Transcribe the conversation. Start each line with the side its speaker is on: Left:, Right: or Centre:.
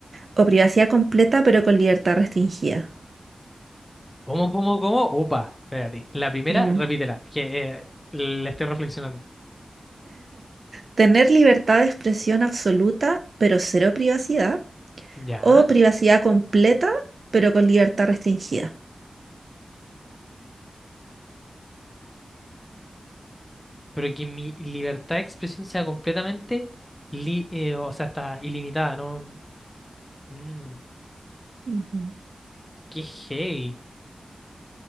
Right: O privacidad completa, pero con libertad restringida.
Left: ¿Cómo, cómo, cómo? Opa, espérate. La primera,
Right: Mm.
Left: repítela, que eh, la estoy reflexionando.
Right: Tener libertad de expresión absoluta, pero cero privacidad.
Left: Ya.
Right: O privacidad completa, pero con libertad restringida.
Left: pero que mi libertad de expresión sea completamente, li- eh, o sea, está ilimitada, ¿no? Mm,
Right: Ujú.
Left: qué heavy.